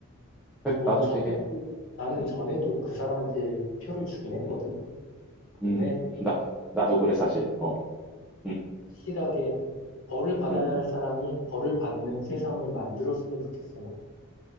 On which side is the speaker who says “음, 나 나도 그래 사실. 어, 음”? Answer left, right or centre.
Centre